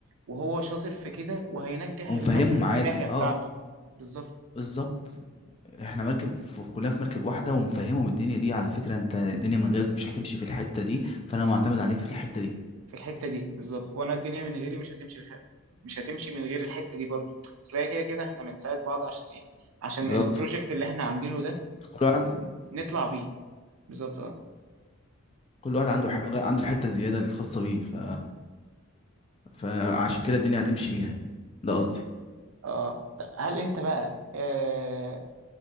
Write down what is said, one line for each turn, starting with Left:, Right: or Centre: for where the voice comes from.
Right: وهو شاطر في كده وهينجح
Left: ومفهمهم
Right: المركز
Left: عادي
Right: من الناحيه بتاعته
Left: اه
Right: بالظبط
Left: بالظبط احنا مركب في في- كلنا في مركب واحده ومفهمهم الدنيا دي على فكره انت الدنيا من غيرك مش هتمشي في الحته دي فانا معتمد عليك في الحته دي
Right: في الحته دي بالظبط وانا الدنيا من غيري مش هتمشي بخ... مش هتمشي من غير الحته دي برضه بس هي كده كده احنا بنساعد بعض عشان ايه عشان
Left: بالظبط
Right: البروجكت اللي احنا عاملينه ده
Left: كل واحد
Right: نطلع بيه بالظبط اه
Left: كل واحد عنده ح... عنده الحته الزياده الخاصه بيه ف فعشان كده الدنيا هتمشي بيها ده قصدي
Right: اه ط- هل انت بقى آه